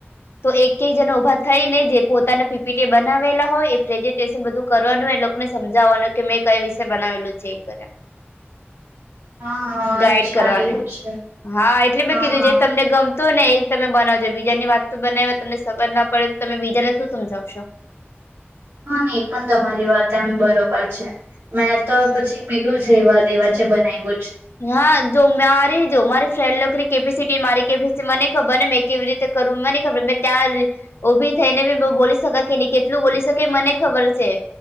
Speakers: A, on the left; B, on the right.
A: તો એક ક જનો ઉભા થાય ને જે પોતાને પીપીટી બનાવેલા હોય એ પ્રેઝન્ટેશન બધું કરવાનું એ લોકોને સમજાવવાનું કે મેં કઈ વિષે બનાવેલું છે. કર
B: <unintelligible> હા હા
A: ગાઈડ
B: અચ્છા
A: કરવાને
B: એવું છે
A: હા એટલે મેં
B: હા
A: કીધું
B: હા
A: જે તમને ગમ તો ને એ જ તમે બનાવજો બીજાની વાતો બનાવીવા તમને ખબર ના પડે તો તમે બીજાને શું સમજાવો શછો
B: હા ની એ પણ તમારી વાત એમ બરોબર છે, મેં તો પછી પેલું સેવા દેવા છે, બનાવી બ
A: હા જો મારી જો મારી ફ્રેન્ડ લકરી કેપેસિટી મારી કેપટી મને ખબર ને મેં કેવી રીતે કરું મને ખબર મે ત્યાં ઊભી થઈ ને મે બ બોલી શક કે ન કેટલું બોલી શકે મને ખબર છે.